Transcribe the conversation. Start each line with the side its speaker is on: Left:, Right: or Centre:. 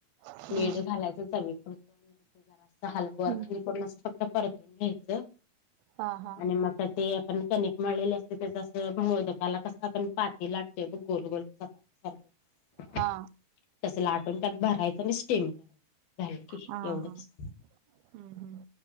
Right: हम्म.
Left: मीठ घालायचं चवी पुरत जरा हल वर
Right: हम्म.
Left: खाली को अस फक्त परतून घ्यायचं
Right: हा हा.
Left: आणि मग ते आपण कनिक मळलेले असते जसं मोदकाला कसं आपण पाती लाटतोय गोल गोलचा सारख
Right: हा
Left: तस लाटून त्यात भरायचं आणि स्टीम करायचं. झालं की
Right: हा
Left: एवढंच.
Right: हा. हम्म. हम्म.